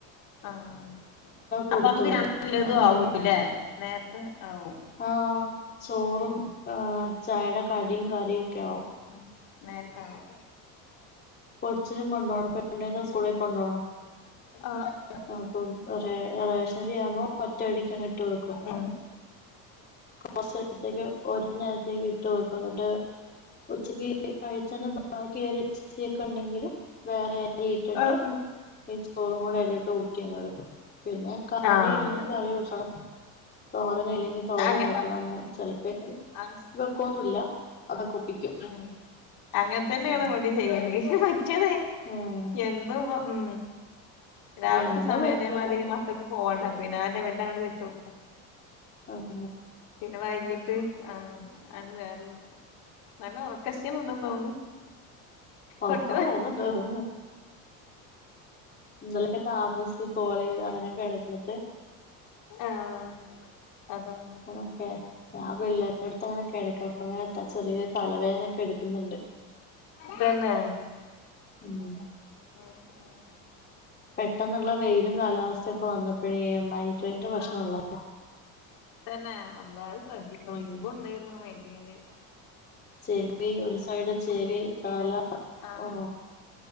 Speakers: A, on the left (about 65°); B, on the left (about 25°).
A: ആഹ്
B: കൊടുത്തു
A: അപ്പ മക്ക്
B: വിടും
A: രണ്ട്ല്ലത്
B: അങ്ങനെ
A: ആവൂല്ലേ നേരത്തെ ആവും
B: ആഹ് ചോറും
A: ഉം
B: ചായെടെ കടിയും കറിയൊക്കെ ആകും
A: ഉം നേരത്തെ ആകും
B: കൊച്ചിനും കൊണ്ടു പോണം പെണ്ണിനും സ്കൂളി കൊണ്ടോണം
A: ആഹ്
B: അപ്പം റേ റേഷ് ശരിയാമ്പോ ഒറ്റയടിക്കണ്ട് ഇട്ട് വെക്കും
A: ഉം
B: കൊറച്ചാരത്തേക്ക് ഓരോ നേരത്തേക്ക് ഇട്ട് വെക്കും ന്നിട്ട് ഉച്ചക്ക് കഴിച്ചെന്നെ ആഹ് കരറ്റ് തിരിയൊക്കെ ഉണ്ടെങ്കില് വേറെരി ഇട്ടിട്ട്
A: ആഹ് ആഹ്
B: ഈ ചോറും കൂടെ അയിലിട്ട് ട്ട് ഊട്ടിയങ്ങ് എടുക്കും പിന്നെ കറി
A: ആഹ്
B: ഇല്ലെങ്കിൽ കറി വെക്കണം തോരനല്ലെ തോരം
A: അങ്ങ
B: വെക്കണം അങ്ങനെ ചിലപ്പോ
A: അങ്
B: വെക്കൊന്നുല്ല അതൊക്കെ ഒപ്പിക്കും
A: ഉം അങ്ങനെ തന്നെയാണ്
B: ഉം
A: വടെ ചെയ്യല് മറ്റെ
B: ആഹ്
A: എന്ത് വ് ഉം രാവിലത്തെ
B: എന്താ
A: സമയം
B: വെക്കാ
A: അതേമാതിരി മക്കൾക്ക് പോകണ്ട പിന്നെ ആഹ് ലെവല്ലാം അ കൊണ്ട് വെച്ച് കൊടുക്കും
B: ആഹ്
A: പിന്നെ വൈകിട്ട് ആഹ് അയ്ന് വേറെ നല്ല ഉറക്ക ഷീണണ്ട് തോന്നുന്നു
B: ഒർക്കം
A: കെട്ടുക
B: വരുന്നുണ്ട് ആ ഇന്നലൊക്കെ താമസിച്ച് കോൾ ചെയത് അങ്ങനെക്കെ കെടന്നിട്ട്
A: ആഹ് അതാണ്
B: അങ്ങനൊകെ ഞാൻ പിള്ളേര്ടെ അടുത്ത് അങ്ങനെ കിടക്ക അപ്പ അങ്ങനെ ചെറിയ തലവേദനൊക്കെ ഇട്ക്കുന്ന്ണ്ട്
A: തന്നെ
B: ഉം
A: ഉം ഉം
B: പെട്ടെന്നുള്ള വെയിലും കാലാവസ്ഥയൊക്കെ വന്നപ്പോഴ മൈഗ്രേയിന്റെ പ്രശ്നം
A: ആഹ്
B: ഉള്ളത
A: തന്നെ അള്ളാ അത് ശ്രദ്ധിക്കണം
B: ഉം
A: ഇക്കു ഇണ്ടേയ്ര്ന്നു മൈഗ്രേൻ
B: ചെവി ഒരു സൈഡ് ചേവി
A: കുടിച്ചിട്ട് സ്ഥിരായി
B: തല
A: ആഹ്
B: ഉ